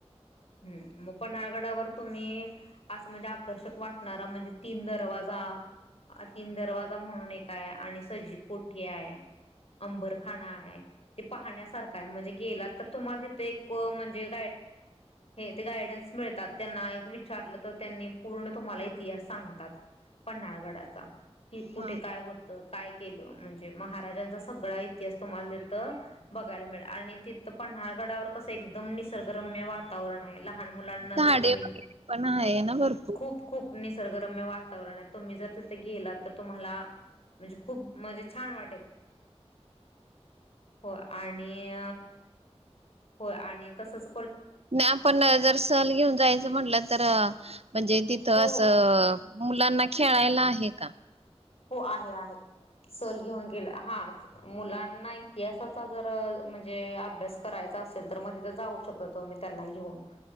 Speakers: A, on the left; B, on the right.
A: हम् पन्हाळगडावर तुम्ही. असं म्हणजे आकर्षक वाटणारा म्हणजे तीन दरवाजा. अ तीन दरवाजा म्हणून एक आहे आणि सजी कोठी आहे. अंबरखाना आहे ते पाहण्यासारखा आहे म्हणजे गेला तर तुम्हाला तिथे एक म्हणजे. ते गायडन्स मिळतात त्यांना विचारलं तर त्यांनी पूर्ण तुम्हाला. इतिहास सांगतात पन्हाळगडाचा कि कुठे
B: हा
A: काय हो तर काय केलं म्हणजे महाराजांचा सगळा इतिहास तुम्हाला बघायला मिळा आणि तिथं पन्हाळगडावर कसं एकदम निसर्गरम्य वातावरण आहे. लहान मुलांना जर
B: झाडे
A: तुम्ही
B: वगैरे पण आहे ना भरपूर.
A: खूप. खूप निसर्गरम्य वातावरण आहे तुम्ही जर तिथे गेला तर तुम्हाला. म्हणजे खूप म्हणजे छान वाटेल. हो आणि हो आणि तसच.
B: नाही आपण जर सहल घेऊन जायचं म्हटलं तर म्हणजे तिथं
A: हो
B: असं. मुलांना खेळायला आहे का.
A: हो आहे आहे सहल घेऊन गेलं हा. मुलांना इतिहासाचा जर म्हणजे अभ्यास करायचा असेल तर मग तिथ जाऊ. शकत तो मी त्यांना घेऊन